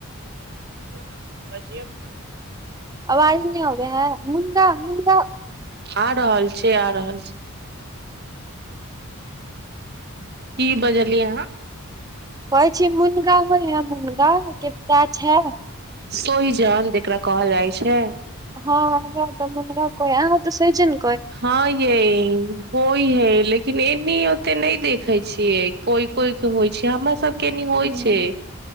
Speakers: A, on the right (about 45°); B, on the right (about 15°).
A: हॅं बजियो
B: आवाज नहि होबै है मुंदा मुऽ
A: आ रहल छै के आ रहल छै की बजिलिय अहाँ
B: कहै छी मुनगा होइ है मुनगा के गाछ है
A: सोहिजन जेकरा कहल जाइ छै
B: हँ हमरा ओतऽ मुनगा कहे है आहाॅं ओतऽ सोहिजन
A: हँ यऽ होइ है लेकिन एनी ओते नहि देखे छियै कोइ कोई के होइ छै हमरा सब कनि होइ
B: हँ
A: छै